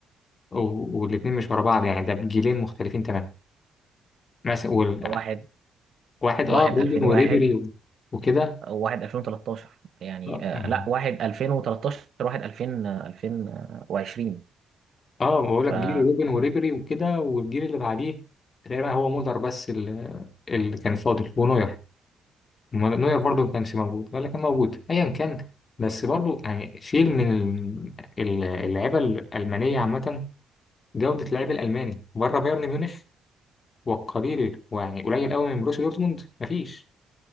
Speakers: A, on the left; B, on the right.
A: و- والاتنين مش ورا بعض يعني ده بجيلين مختلفين تماما مثلا وال-
B: واحد
A: واحد
B: واحد
A: اه رودن
B: 2001
A: وريبيري و- وكده
B: واحد 2013 يعني
A: آه.
B: آه، لا واحد 2013 واحد 2000 آه، 2020
A: اه بقول
B: فانا
A: لك جيل روبن وريبري وكده والجيل اللي بعديه تقريبا هو مولر بس اللي, اللي كان فاضل ونوير نوير برضو ما كانش موجود ولا كان موجود ايا كان بس برضو يعني شيل من ال- اللعيبه الالمانيه عامه جوده اللعيب الالماني بره بايرن ميونخ والقليل ويعني قليل قوي من بروسيا دورتموند مفيش